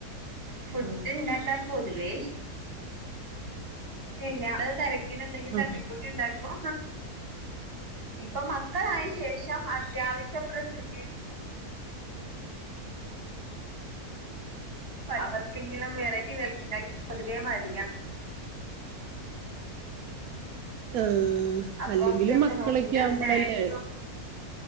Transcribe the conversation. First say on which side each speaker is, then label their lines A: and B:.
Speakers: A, on the right; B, on the right.
A: ഫുഡ് ഉണ്ടാക്കാൻ പൊതുവേ ഇഷ്ടില്ല അത് തിരക്കിന് എന്തെങ്കിലും
B: ആ
A: തട്ടിക്കൂട്ടി ഉണ്ടാക്കും. ഇപ്പൊ മക്കളായ ശേഷം അത്യാവശ്യം റസിപ്പി അവർക്കെങ്കിലും വെറൈറ്റി വെച്ചുണ്ടാക്കാൻ വേണ്ടി പൊതുവേ മടിയാ
B: ആഹ്
A: അപ്പൊ
B: അല്ലെങ്കിലും
A: ഒക്കെ
B: മക്കളൊക്കെ
A: നോക്കിട്ട്
B: ആവുമ്പോഴല്ലേ
A: സ്നാക്സും